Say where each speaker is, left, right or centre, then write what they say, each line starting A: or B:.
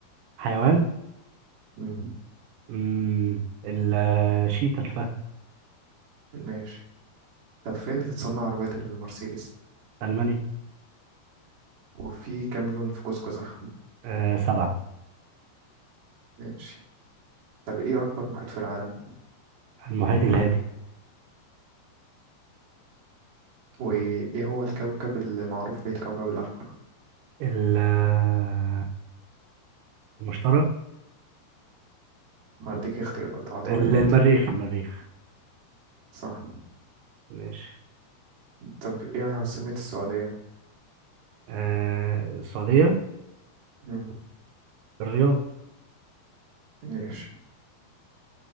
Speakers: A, on the right (about 80°); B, on the right (about 55°).
A: حيوان
B: مم.
A: مم. ال- آه، شيتا الفهد
B: ماشي طب فين بتتصنع عربيات المرسيدس
A: ألمانيا
B: وفي كام لون في قوس قزح
A: آه سبعة
B: ماشي طب ايه اكبر محيط في العالم
A: المحيط الهادي
B: وايه هو الكوكب اللي معروف بيه الكوكب الاحمر
A: ال- آه، المشتري
B: هديك اختيارات عطارد
A: ال- المريخ المريخ
B: صح
A: ماشي
B: طب ايه عاصمة السعودية
A: آه السعودية
B: مم.
A: الرياض
B: ماشي